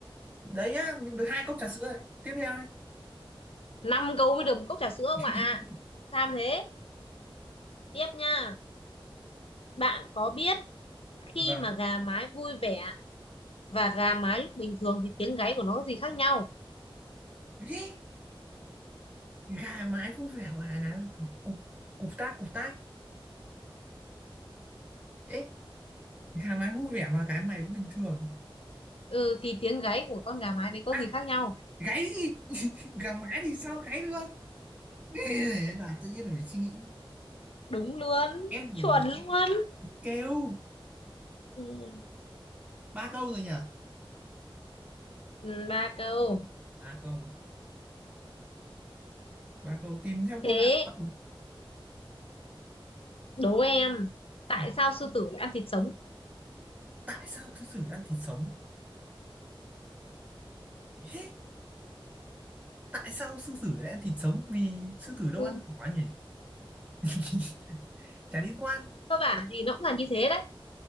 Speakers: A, on the right; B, on the left.
A: đấy nhá được hai cốc trà sữa đấy tiếp theo đấy
B: năm câu mới được một cốc trà sữa ông
A: <laughs>
B: ạ tham thế tiếp nha bạn có biết khi
A: vâng
B: mà gà mái vui vẻ và gà mái lúc bình thường thì tiếng gáy của nó có gì khác nhau
A: Ê, gà mái vui vẻ mà cục cục tác cục tác ấy gà mái vui vẻ mà cái mày bình thường
B: ừ thì tiếng gáy của con gà mái đấy có
A: à
B: gì khác nhau
A: gáy gì <laughs> gà mái thì sao gáy được Ê, là tự nhiên phải suy nghĩ
B: đúng luôn
A: em
B: chuẩn
A: thì
B: luôn
A: kêu
B: ừ.
A: ba câu rồi nhỉ
B: ừ, ba câu
A: ba câu ba câu tìm xem
B: thế
A: câu nào
B: Đố em, tại
A: Ừ.
B: sao sư tử lại ăn thịt sống?
A: tại sao sư tử ăn thịt sống Hế? tại sao sư tử lại ăn thịt sống vì sư tử đâu
B: Ừ,
A: ăn cỏ nhỉ <laughs> chả liên quan
B: cơ bản thì nó cũng là như thế đấy.